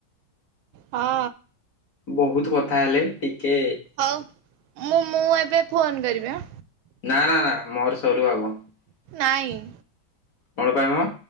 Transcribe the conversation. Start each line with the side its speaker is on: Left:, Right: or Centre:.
Right: ହଁ।
Left: ବୋହୁତ କଥା ହେଲେ ଟି କେ
Right: ହଉ। ମୁଁ ମୁଁ ଏବେ ଫୋନ କରିବି ଆଁ।
Left: ନାଁ ନାଁ ନାଁ ନାଁ ମୋର ସରୁ ଆଗ।
Right: ନାଇଁ
Left: <inaudible> କଣ ପାଇଁ ମ?